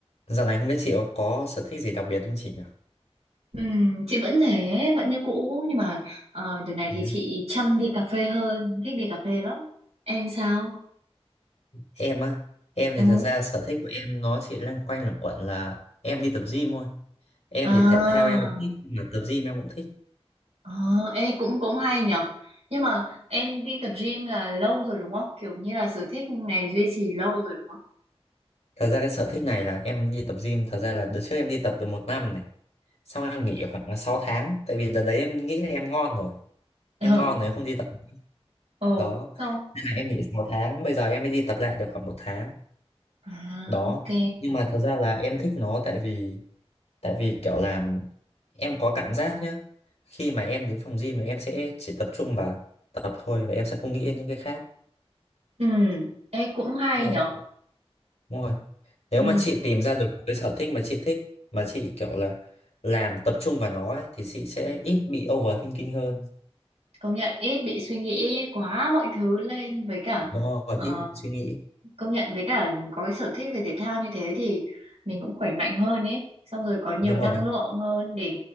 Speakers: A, on the left (about 75°); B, on the right (about 80°).
A: Dạo này không biết chị có, có sở thích gì đặc biệt không chị nhỉ?
B: Ừm, chị vẫn thế, vẫn như cũ nhưng mà ờ, đợt này
A: nhé
B: thì chị chăm đi cà phê hơn, thích đi cà phê lắm. Em sao?
A: Em á, em
B: Ừ.
A: thì thật ra sở thích của em nó chỉ loanh quanh luẩn quẩn là em đi tập gym thôi. Em
B: À,
A: thì thể thao em cũng thích, mà tập gym em cũng thích.
B: à, ê, cũng cũng hay nhở. Nhưng mà em đi tập gym là lâu rồi đúng không? Kiểu như là sở thích này duy trì lâu rồi đúng không?
A: Thật ra cái sở thích này là em đi tập gym, thật ra là đợt trước em đi tập được một năm này. Xong em nghỉ khoảng là 6 tháng, tại vì đợt đấy em nghĩ là em ngon rồi.
B: <laughs>
A: Em ngon rồi em không đi tập
B: Ờ, ồ,
A: đó.
B: xong.
A: Thế là em nghỉ 6 tháng, bây giờ em mới đi tập lại được khoảng một tháng.
B: À,
A: Đó,
B: ok.
A: nhưng mà thật ra là em thích nó tại vì tại vì kiểu là em có cảm giác nhá khi mà em đến phòng gym thì em sẽ chỉ tập trung vào tập thôi và em sẽ không nghĩ đến những cái khác
B: Ừ, ê cũng hay
A: nên
B: nhở.
A: em đúng rồi nếu
B: Ừ.
A: mà chị tìm ra được một cái sở thích mà chị thích mà chị kiểu là làm tập trung vào nó ấy, thì chị sẽ ít bị overthinking hơn
B: công nhận ít bị suy nghĩ quá mọi thứ lên với cả
A: đúng rồi
B: ờ,
A: ít suy nghĩ
B: công nhận với cả có cái sở thích về thể thao như thế thì mình cũng khỏe mạnh hơn ấy xong rồi có nhiều
A: đúng
B: năng
A: rồi
B: lượng hơn để